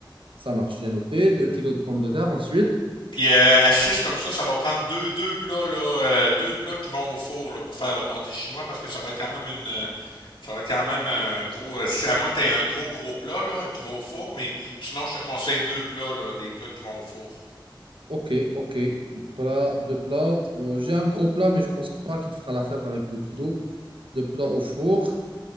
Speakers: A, on the right; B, on the left.
A: Ça marche, j'ai noté. deux kilos de pommes de terre ensuite.
B: Puis euh, à six comme ça, ça va prendre deux, deux plats là, euh, deux plats qui vont au four là, pour faire le pâté chinois parce que ça va être quand même une, euh, Ça va être quand même un gros. euh, c'est à moins que tu aies un gros, gros plat là, qui va au four, mais sinon, je te conseille deux plats, là, des plats qui vont au four.
A: Ok, ok. Plat, deux plats. Bon, j'ai un gros plat, mais je pense pas qu'il fera l'affaire avec 2 kilos. Deux plats au four.